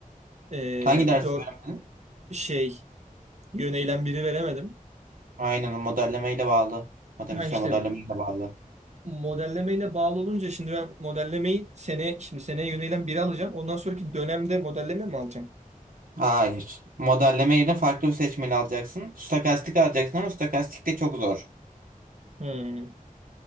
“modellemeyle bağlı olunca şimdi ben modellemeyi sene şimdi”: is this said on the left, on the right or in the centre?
Right